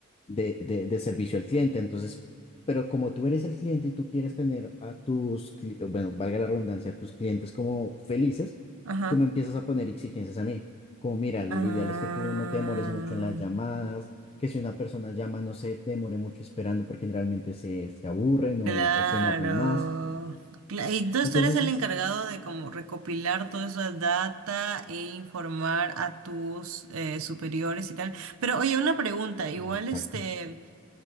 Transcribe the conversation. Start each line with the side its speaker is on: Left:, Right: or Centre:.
Left: de, de, de servicio al cliente. Entonces, pero como tú eres el cliente y tú quieres tener a tus, cli- bueno, valga la redundancia, a tus clientes como felices,
Right: Ajá.
Left: tú me empiezas a poner exigencias a mí. Como, mira, lo
Right: Ah,
Left: ideal es que tú no te demores mucho en las llamadas, que si una persona llama no se demore mucho esperando porque generalmente se, se aburren
Right: Claro.
Left: o, o se enojan más.
Right: Cla- Entonces
Left: Entonces,
Right: tú eres el encargado de como recopilar toda esa data e informar a tus eh, superiores y tal. Pero oye, una pregunta, igual
Left: exacto.
Right: este,